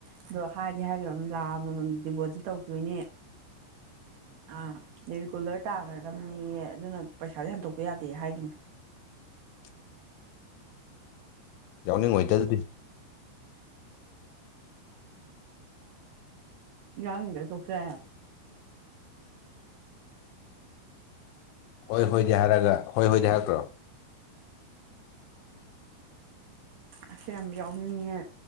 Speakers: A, on the right; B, on the left.
A: ꯑꯗꯣ ꯍꯥꯏꯗꯤ ꯍꯥꯏꯈ꯭ꯔꯕꯅꯤ ꯂꯥꯛꯑ ꯃꯃꯝꯗꯗꯤꯕꯣꯗꯤ ꯇꯧꯗꯣꯏꯅꯦ
B: <unintelligible>
A: ꯑꯥ ꯔꯤꯒꯨꯂꯔ ꯇꯥꯈ꯭ꯔꯗꯕꯅꯦ ꯑꯗꯨꯅ ꯄꯩꯁꯥꯗꯤ ꯍꯟꯗꯣꯛꯄ ꯌꯥꯗꯦ ꯍꯥꯏꯒꯤꯅ
B: <unintelligible> ꯌꯥꯎꯅꯤꯡꯉꯇ ꯑꯗꯨꯗꯤ
A: ꯌꯥꯅꯤꯡꯒ ꯇꯣ ꯐꯦ
B: ꯍꯣꯏ ꯍꯣꯏꯗꯤ ꯍꯥꯏꯔꯒ ꯍꯣꯏ ꯍꯣꯏꯗꯤ ꯍꯥꯏꯛꯇ꯭ꯔꯣ
A: ꯑꯁ ꯌꯥꯝ ꯌꯥꯎꯅꯤꯡꯉꯦ